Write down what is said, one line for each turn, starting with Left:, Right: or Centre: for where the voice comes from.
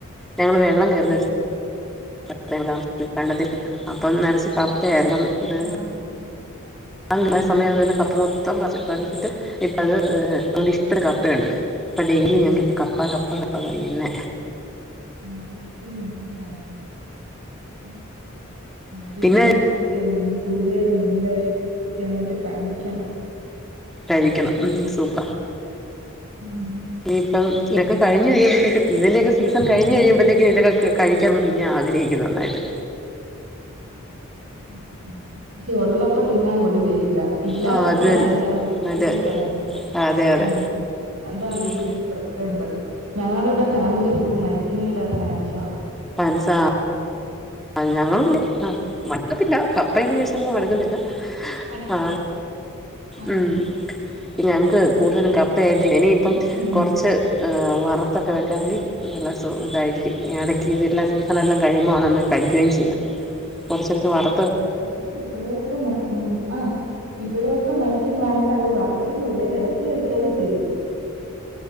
Centre: ഞങ്ങള് വെള്ളം കേറുന്നൊരുസ് <unintelligible> വെള്ളത്തില് അപ്പം നെർച്ച് കപ്പയായിര്ന്നു ഹെ
Right: ആ
Centre: <unintelligible> സമയം അതുപോലെ കപ്പ മൊത്തം പറിച് പറിചിട്ട് ഇപ്പത് ഏഹ് അതോണ്ട് ഇഷ്ട്ടത്തിന് കപ്പയുണ്ട്. ഇപ്പൊ ഡെയ്ലി ഞങ്ങക്ക്പ്പ കപ്പ, കപ്പ തന്നെ
Right: <unintelligible> ഉം മരിച്ചിലി
Centre: പിന്നെ
Right: മ ത്തി മീൻ ചൂരേടെ മീൻ കറിയൊക്കെ കൂട്ടി അങ്ങോട്ട് കഴിക്കണം.
Centre: കഴിക്കണം ഉം സൂപ്പ്
Right: ഉം
Centre: ഇപ്പം ഇതൊക്കെ കഴ്ഞ് കഴിയുമ്പത്തേക്കും ഇതിന്റെയൊക്കെ
Right: നമ്മളിവിടെ
Centre: സീസൺ
Right: ഫാമിലി
Centre: കഴിഞ് കഴുമ്പത്തേക്കും ഇതൊക്കെ ക് കഴിക്കാൻ മ്മള് പിന്നെ ആഗ്രഹിക്കും നന്നായ്ട്ട്.
Right: സത്യം ജ്ജ് ഒള്ളപ്പം തിന്നാൻ കൊതിവെരൂല. ഇല്ലാത്തപ്പോഴാണ്
Centre: ആ അത് തന്നെ
Right: അതിന്റെ ആ ഒരു ബുദ്ധിമുട്ട്
Centre: അതെ
Right: അറിയ്ണെ
Centre: അതെ അതെ
Right: ആഹ്. അതാണ്
Centre: ഉം
Right: ഇതിന്റൊരു പ്രത്യേകത ഞങ്ങളുടെ ഫാമിലി ഫുള്ള് മര്ച്ചിനിയുടെ ഫാൻസാണ്.
Centre: ഫാൻസാ അ ഞങ്ങളും അതെ. ആഹ് മട്ക്കത്തില്ല കപ്പയെന്ന്
Right: ആഹ്
Centre: വെച്ച നമുക്ക് മട്ക്കത്തില്ല
Right: ഇവിടെ പിന്നെ എപ്പഴും മരിച്ചിനി
Centre: ആഹ്.
Right: വേണം ആഹ്
Centre: ഉം ഇനി ഞങ്ങൾക്ക്കൂടുതലും
Right: അമ്മാമ്മക്കൊക്കെ
Centre: കപ്പയായ്ട്ട്
Right: മരിച്ചിനി
Centre: എനിയിപ്പം
Right: എപ്പഴും വേണം
Centre: കൊർ ച്ച് ഏ വർത്തൊക്കെ വെക്കാങ്കി നല്ലെ സു ഇതായിരിക്കും എടെയ്ക്ക് ഇതെല്ലാ സീ സണെല്ലാം കഴിയുമ്പോ വാണന്ന് കഴുകയും ചെയ്യാം കൊർച്ചെടുത്ത് വറ
Right: ആഹ് എന്നാലും ഇവിടെക്ക മാ ഉം ആ ഇവിടെയൊക്കെ മര്ച്ചീനി വാങ്ങിച്ചാ അവര് വറക്കിയൊന്നുല്ല ഇളെക്കി അവിച്ചക്കെ തെരും.